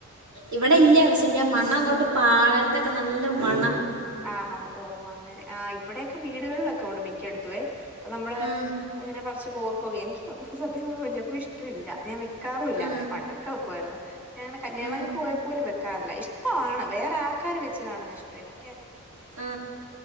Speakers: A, on the right; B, in the centre.
A: ഇവിടെ ഇല്യ പക്ഷേ എനിക്ക് ആ മണങ്ങോട്ട് പാളയത്തൊക്കെ നല്ല മണ
B: ആഹ് ഓ അങ്ങനെ ആ ഇവിടൊക്കെ വീടുകളില് ക്കെണ്ട് മിക്ക എടുത്തുവേ അപ്പൊ നമ്മള്
A: ആ,
B: ഇങ്ങനെ പർച്ച് കോർക്കേ എനിക്ക് സത്യപർഞ്ഞാ മുല്ലപ്പൂ ഇഷ് പറ്റുല്ല ഞാൻ വെക്കാറുമില്ല
A: ആ,
B: അങ്ങനെ പണ്ടൊക്കെ വെക്കാറുല്ലങ്ങനെ പണ്ടൊക്കെ വെക്കുവായിരുന്നു പിന്നെങ്ങനെകല്യാണം
A: ആ,
B: പോയാ പോലും വെക്കാറില്ല ഇഷ്ടവാണ് വേറെ ആ ൾക്കാര് വെച്ച് കാണുന്നെ ഇഷ്ടനി
A: ആ